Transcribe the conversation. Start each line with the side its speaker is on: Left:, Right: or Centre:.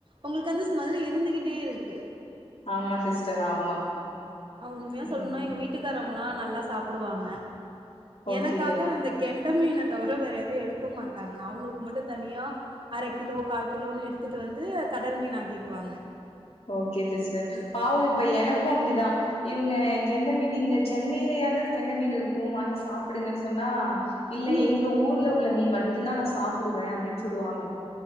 Right: உங்களுக்கு வந்து ஸ்மெல் இருந்துகிட்டே இருக்கு.
Left: ஆமா சிஸ்டர் ஆமா
Right: அவங்க உண்மையே சொல்லுனும்
Left: ம்
Right: எங்க வீட்டுக்காரவங்கல்லா நல்லா சாப்டுவாங்க
Left: ஓகே
Right: எனக்காக அந்த கெண்ட மீனை தவிர வேற எதுவும் எடுக்க மாட்டாங்க அவங்களுக்கு மட்டு தனியா அரை கிலோ கால் கிலோன்னு எடுத்துட்டு வந்து கடல் மீன் ஆக்கிக்குவாங்க
Left: ஓகே சிஸ்டர்
Right: ம்
Left: பாவ
Right: ம்
Left: இப்ப எனக்கும் அப்டிதா இவங்க கெண்ட மீன் இங்க சென்னையிலயாவது கெண்ட மீன் இருக்கும் வாங்கி சாப்டுங்கன்னு சொன்னா இல்ல
Right: ம்.
Left: எங்க ஊர்ல உள்ள மீன் மட்டும்தா நா சாப்டுவ அப்டின்னு சொல்லுவாங்க